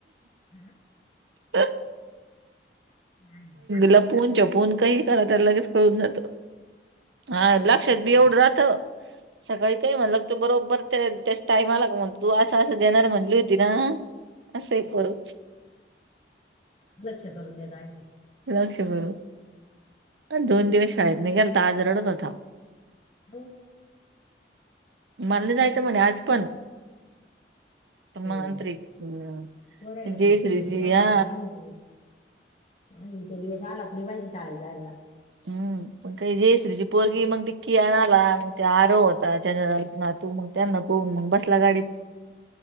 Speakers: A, on the left (about 35°); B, on the right (about 80°).
A: हा
B: ह
A: नाही,
B: लपून चपून काही करा त्याला लगेच कळून जातो हा लक्षात
A: आज
B: बी एवढं राहत सकाळी काही म्हणलंग तो बरोबर तर त्याच्या टायमाला म्हणत तू असं असं देणारी म्हणली होती ना असं परू
A: लक्ष करून द्या थँक्यू
B: विनाक्षे गुर दोन दिवस शाळेत निघेलता आज रडत होता
A: हम्
B: म्हणलं जायचं म्हणे आज पण पण मग
A: ए
B: नंतर एक अं
A: कोरायला
B: जयश्रीची
A: सुट्टी भेटली का
B: हा
A: अस वाटतं आज आणि तो दिवस आलाच नाही पाहिजे शाळेत जायला
B: हम् पण काही जस्रीची पोरगी मग तिकी आणला मग ते आरो होता ज ना तू मग त्यांना बोहून मग बसला गाडीत